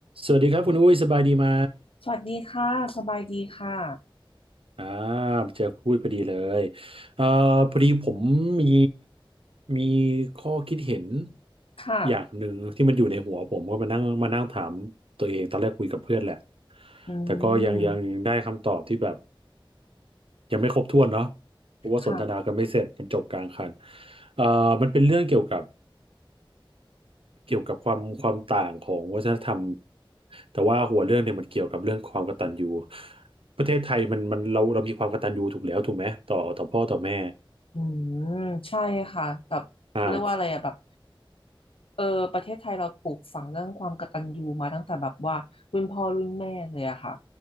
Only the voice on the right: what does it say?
สวัสดีครับคุณอุ้ยสบายดีไหม
อ่าเจอคุณอุ้ยพอดีเลยเอ่อพอดีผมมีมีข้อคิดเห็น
อย่างหนึ่งที่มันอยู่ในหัวผมก็มานั่งมานั่งถามตัวเองตอนแรกคุยกับเพื่อนแหละ
แต่ก็ยังยังได้คำตอบที่แบบ
ยังไม่ครบถ้วนเนาะเพราะว่าสนทนากันไม่เสร็จมันจบกลางคัน
เอ่อมันเป็นเรื่องเกี่ยวกับ เกี่ยวกับความความต่างของวัฒนธรรมแต่ว่าหัวเรื่องเนี่ยมันเกี่ยวกับเรื่องความกตัญญูประเทศไทยมันมันเราเรามีความกตัญญูถูกแล้วถูกไหมต่อต่อพ่อต่อแม่
อ่า